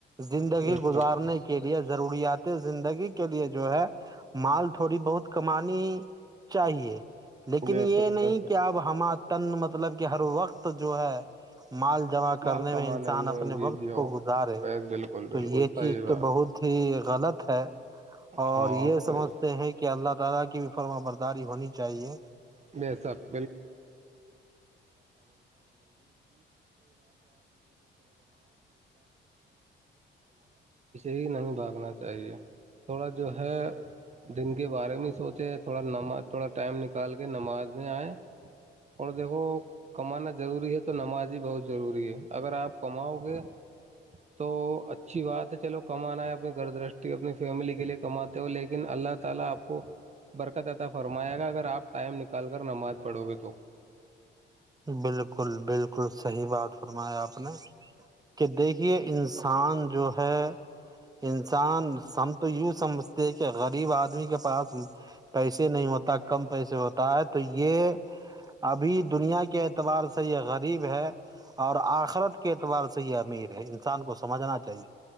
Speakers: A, on the right; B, on the right.
A: زندگی
B: ہے دے
A: گزارنے
B: سک
A: کے لیے ضروریات زندگی کے لیے جو ہے مال تھوڑی بہت کمانی چاہیے لیکن
B: دے
A: یہ
B: سکتے
A: نہیں
B: سر
A: کہ اب ہما تن مطلب کہ ہر وقت جو ہے مال جمع
B: مال
A: کرنے
B: کمانے
A: میں انسان
B: میں
A: اپنے
B: بزی
A: وقت
B: ہو
A: کو گزارے
B: بالکل بالکل
A: تو یہ
B: صحیح
A: چیز
B: بات
A: تو بہت
B: ہے
A: ہی غلط ہے <unintelligible> اور
B: ہاں
A: یہ سمجھتے
B: صحیح
A: ہیں کہ <unintelligible>
B: <unintelligible> پیچھے ہی نہیں بھاگنا چاہیے تھوڑا جو ہے دن کے بارے میں سوچے تھوڑا نماز تھڑا ٹائم نکال کہ نماز میں آئےیں اور دیکھو کمانا ضروری ہے تو نماز ہی بہت ضروری ہے اگر آپ کماؤ گے تو اچھی بات ہے چلو کم آنا ہے اپنی گھر دشٹی اپنی فیملی کے لیے کماتے ہو لیکن اللہ تعالی پ کو برکت اطا فرمائے گا اگر آپ ٹائم نکال کر نماز پڑھو گے تو
A: بالکل بالکل صحیح بات فرمایا آپ نے کہ دیکھیے انسان جو ہے انسان ہم تو یوں سمجھتے کہ غریب آدمی کے پاس پیسے نہیں ہوتا کم پیسے ہوتا ہے تو یہ ابھی دنیا کے کے اعتبار سے یہ غریب ہے اور آخرت کے اعتبار سے یہ امیر ہے انسان کو سمجھنا چاہیے